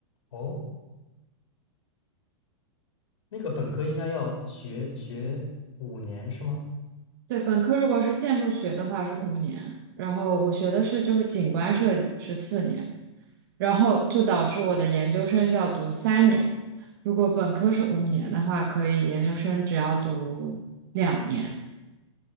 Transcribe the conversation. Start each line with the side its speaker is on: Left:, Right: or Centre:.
Left: 哦，那个本科应该要学学五年是吗？
Right: 对，本科如果是建筑学的话是五年，然后我学的是就是景观设计是四年，然后就导致我的研究生就要读三年。如果本科是五年的话，可以研究生只要读两年。